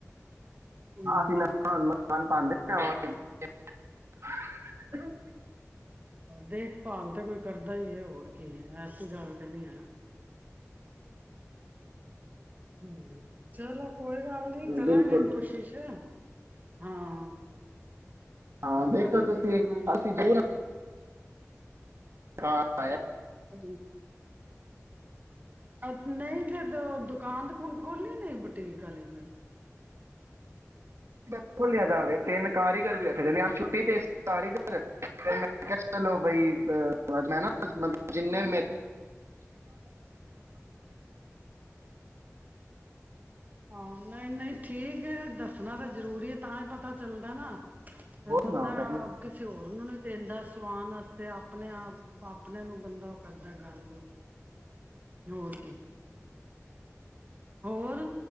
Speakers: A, on the right; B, on the right.
A: ਹਮ
B: ਹਾਂ, ਅਸੀ <unintelligible> ਮਕਾਨ ਬਣ ਰਿਆ। <unintelligible> ਹਾਂ।
A: ਦੇਖਭਾਲ ਤੇ ਕੋਈ ਕਰਦਾ ਹੀ ਹੈ, ਹੋਰ ਕੀ ਹੈ, ਐਸੀ ਗੱਲ ਤੇ ਨਹੀਂ ਹੈ, ਹੂੰ। ਚਲੋ ਕੋਈ ਗੱਲ ਨੀ, ਕਰਾਂਗੇ
B: ਬਿਲਕੁਲ
A: ਕੋਸ਼ਿਸ਼। ਹਾਂ।
B: ਹਾਂ ਦੇਖੋ
A: ਕਰਾਂਗੇ
B: ਤੁਸੀਂ,
A: ਕਰਾਂਗੇ
B: ਅਸੀਂ ਜ਼ਰ ਹਾ
A: <inaudible> ਅ ਨਈ ਫੇਰ ਔ ਦੁਕਾਨ ਦਕੁਨ ਖੋਲੀ ਨਈ ਬੁਟੀਕ ਆਲੀ ਕੋਈ।
B: ਬਸ ਖੋਲਿਅਾ ਦਾ ਵੇ, ਤਿੰਨ ਕਾਰੀਗਰ ਵੀ ਰਖੇਦੇ ਨੇ ਆਜ ਛੁੱਟੀ ਤੇ ਸੀ ਕਾਰੀਗਰ ਮੈਂ ਕਿਹਾ ਚਲੋ ਬਈ ਆਜ ਮੈਂ ਨਾ <unintelligible> ਜਿੰਨੇ
A: ਹਾਂ। ਨਈ ਨਈ ਠੀਕ ਐ। ਦੱਸਨਾ ਤਾਂ ਜ਼ਰੂਰੀ ਐ ਤਾਂ ਈ ਪਤਾ ਚੱਲਦਾ ਨਾ ਫੇਰ
B: ਬਹੁਤ
A: ਬੰਦਾ
B: ਸੁਣਾਓ ਪੈਣੀ
A: ਕਿਸੇ ਹੋਰ ਉਹਨੂੰ ਨੂ ਈ ਦਿੰਦਾ ਸਵਾਨ ਆਸਤੇ ਆਪਨੇ ਆਪ ਆਪਨੇ ਨੂੰ ਗੰਦਾ ਔ ਕਰਦਾ ਗਾਲ ਗੁਲ। ਹੋਰ ਕੀ। ਹੋਰ